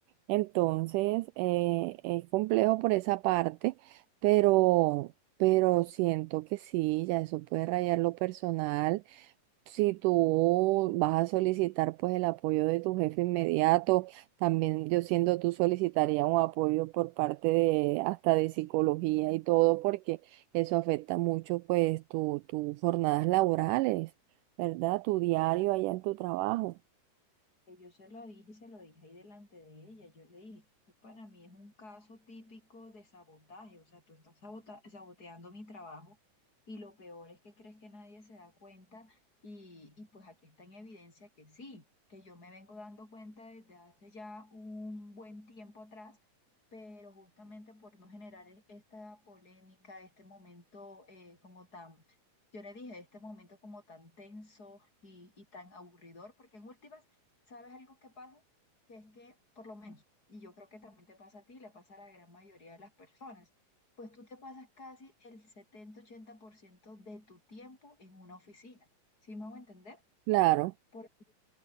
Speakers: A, on the right; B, on the left.
A: Entonces, eh, es complejo por esa parte, pero, pero siento que sí, ya eso puede rayar lo personal. Si tú vas a solicitar pues el apoyo de tu jefe inmediato, también yo siendo tú solicitaría un apoyo por parte de hasta de psicología y todo, porque eso afecta mucho pues tu, tus jornadas laborales, ¿verdad? Tu diario allá en tu trabajo.
B: que Yo se lo dije y se lo dije ahí delante de ella. Yo le dije que esto para mí es un caso típico de sabotaje. O sea, tú estás sabota- saboteando mi trabajo y lo peor es que crees que nadie se da cuenta y, y pues aquí está en evidencia que sí, que yo me vengo dando cuenta desde hace ya un buen tiempo atrás, pero justamente por no generar e- esta polémica, este momento eh, como tan... Yo le dije, este momento como tan tenso y, y tan aburridor, porque en últimas ¿Sabes algo que pasa? Que es que, por lo menos, y yo creo que también te pasa a ti, le pasa a la gran mayoría de las personas, pues tú te pasas casi el setenta ochenta por ciento de tu tiempo en una oficina. ¿Sí me hago entender?
A: Claro.
B: Porque